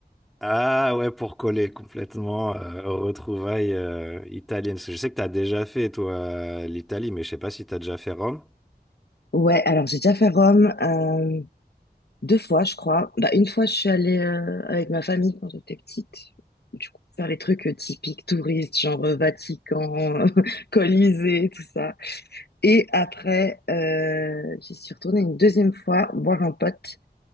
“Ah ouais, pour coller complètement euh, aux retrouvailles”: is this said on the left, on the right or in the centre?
Centre